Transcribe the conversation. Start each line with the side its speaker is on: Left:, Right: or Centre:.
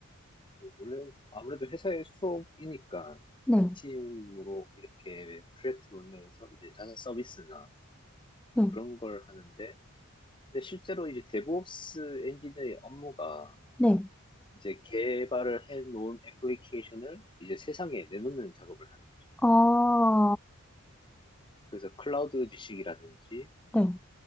Left: 원래 아무래도 회사의 소속이니까
Centre: 네,
Left: 팀으로 이렇게 프로젝트 돌면서 이제 자사 서비스나
Centre: 네,
Left: 그런 걸 하는데 근데 실제로 이제 DevOps 엔지니어의 업무가
Centre: 네.
Left: 이제 개발을 해놓은 애플리케이션을 이제 세상에 내놓는 작업을 하는 거죠.
Centre: 아,
Left: 그래서 클라우드 지식이라든지
Centre: 네.